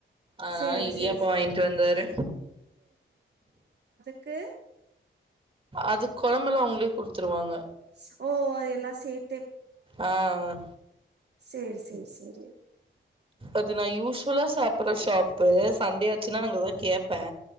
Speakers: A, on the right; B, on the right.
A: அதனால
B: சேரி
A: இடியாப்ப
B: சேரி சே
A: வாங்கிட்டு வந்தாரு
B: கு
A: அதுக் கொழம்பெலா அவுங்களே குடுத்துருவாங்க
B: ஸ் ஓ அதெல்லா சேத்
A: ஆஹ்
B: சேரி சேரி சேரி
A: அது நா யூஸ்வலா சாப்படற ஷாப்பு சண்டே அ சின்னவங்கள கேப்பே